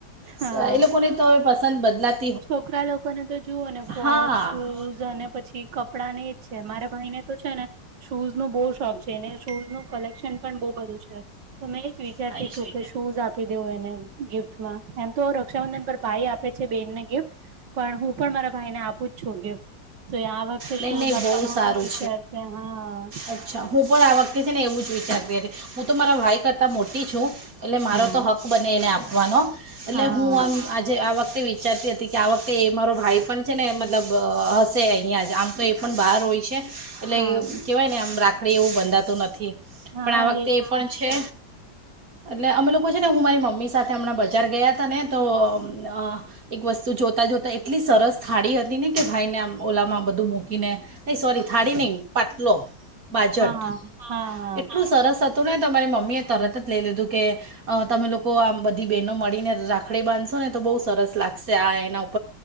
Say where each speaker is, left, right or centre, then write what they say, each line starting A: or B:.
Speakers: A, on the right (about 85°); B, on the right (about 50°).
A: હા
B: સ એ લોકોની તો હવે પસંદ બદલા
A: છોકરા લોકોને તો જુવઓ ને વોચ,
B: હા
A: શૂઝ અને પછી ક પડાને એજ છે, મારા ભાઈને તો છે ને શૂઝ નુ બહુ શોખ છે, એને શૂઝ નું કલેક્શન પણ બહુ બધું છે. તો મેં એ જ વિચારતી
B: અચ્છા
A: છું, કે શૂઝ આપી દેવ એને ગિફ્ટમાં, એમતો રક્ષાબંધન પર ભાઈ આપે. છે બેનને ગિફ્ટ. પણ હું પણ મારા ભાઈને આપુંજ છું ગિફ્ટ, તો આ વખતે
B: નહીં
A: શૂઝ
B: નહીં
A: આપવાનો
B: બહુ સારું
A: વિચાર છે, હા
B: અચ્છા, હું પણ આ વખતે છેને એવુંજ વિચારતી હતી, હું તો મારા ભાઈ કરતા મોટી છું. એટલે મારો
A: હા
B: તો હક્ક બને એને આપવાનો, એટલે
A: હા
B: હું આમ આજે આ વખતે વિ ચારતી હતી કે, આ વખતે એ મારો ભાઈ પણ છે ને એમ મતલબ અ હશે અહીંયાજ, આમ તો એ પણ બહાર હોય છે. એટલે
A: હા
B: કહેવાય ને આમ રાખડી એવું બંધાતું નથી,
A: હા
B: પણ
A: હા
B: આ વખતે
A: એજ
B: એ પણ છે. એટલે અમે લોકો છેને, હું મારી મમ્મી સાથે હમણાં બજાર ગયા હતાને, તો અમ એક વસ્તુ જોતા જોતા એટલી સરસ થાળી હત નીનીકે ભાઈને આમ ઓલામાં બધું મૂકીને, નહી સોરી થાળી નહી પાટલો. બાજટ,
A: હા હા હા
B: એટલું સરસ હતુંને, તો મારી મમ્મી એ તરતજ લઈ લીધું, કે અ તમે લોકો આમ બધી બેહેનો મળીને રાખડી બાંધશો ને તો બહુ સરસ લાગશે આ એના ઉપ